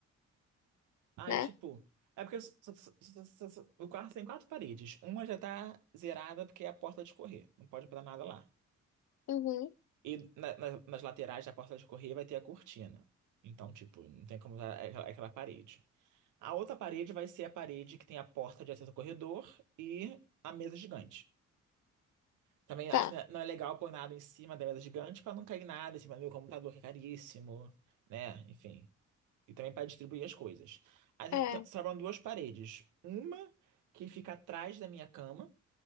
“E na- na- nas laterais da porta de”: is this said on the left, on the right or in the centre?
Right